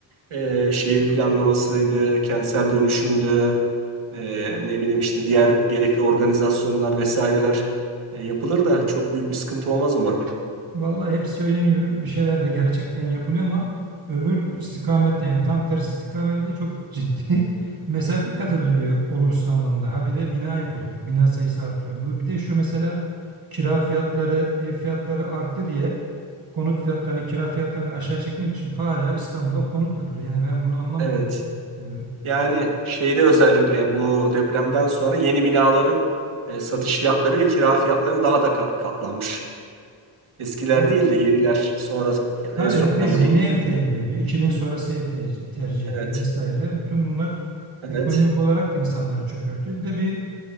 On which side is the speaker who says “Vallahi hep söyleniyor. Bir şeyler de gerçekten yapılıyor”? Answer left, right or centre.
Right